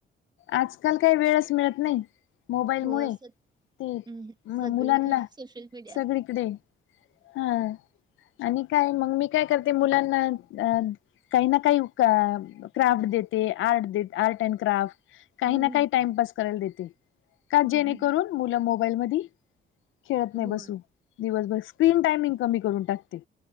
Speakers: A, on the left; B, on the right.
A: आजकाल काही वेळच मिळत नाही मोबाईल
B: हो
A: मुळे
B: स
A: ते
B: हम्म सगळीकडे
A: मुलांना
B: सोशल मीडिया
A: सगळीकडे हा आणि काय मग मी काय करते मुलांना अ काही ना काही क्राफ्ट देते आर्ट देत आर्ट अँड क्राफ्ट काही
B: हम्म
A: ना काही
B: हम्म
A: टाइमपास करायला देते का
B: हम्म
A: जेणेकरून
B: हम्म
A: मुलं मोबाईल मधी खेळत नाही
B: होय
A: बसू दिवसभर स्क्रीन टायमिंग कमी करून टाकते